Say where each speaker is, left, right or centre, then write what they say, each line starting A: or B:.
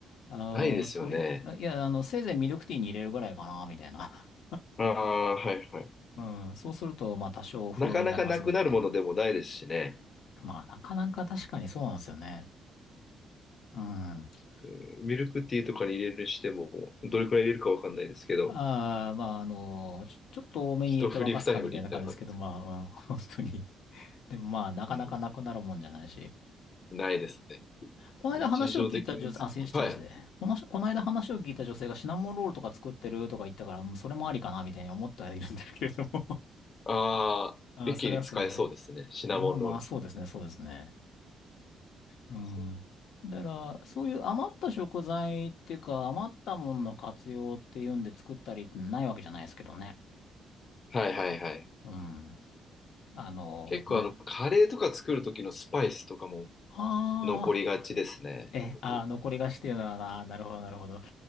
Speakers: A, on the left; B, on the left.
A: あの、
B: ないですよね。
A: 鳥、いや、あの、せいぜいミルクティーに入れるぐらいかな、みたいな。
B: ああ、はいはい。
A: うん。そうすると、まあ多少風味が増すみたいな。
B: なかなかなくなるものでもないですしね。
A: まあなかなか確かにそうなんですよね。うん。あ
B: うんミルクティーとかに入れるにしても、どれくらい入れるかわかんないですけど、
A: あ、まああの、ちょ、ちょっと多めに入れて沸かすかみたいな感じですけど、
B: 一振り二振りみたいな感じですか
A: まあ、うん、<laughs> 本当に。でもまあなかなかなくなるもんじゃないし。
B: うん。ないですね。
A: この間話を聞いた女性、
B: 日常的につ、
A: あ、失礼して。
B: はい。
A: この、この間話を聞いた女性がシナモンロールとか作ってるとか言ったから、うんそれもありかなみたいに思ってはいるんですけれども。
B: ああ、
A: <laughs> あ、
B: 一気に使えそうですね。
A: それはそれで。
B: シナモンロール。
A: まあまあ、そうですね、そうですね。うん。
B: そう
A: だから、そういう余った食材っていうか、余ったものの活用っていうんで作ったりってないわけじゃないですけどね。
B: はいはいはい。
A: うん。あの、
B: 結構あの、
A: な、
B: カレーとか作る時のスパイスとかも
A: あ
B: 残りがちですね。
A: あ、え、
B: 僕。
A: あー、残り菓子っていうのはな、あーなるほど、なるほど。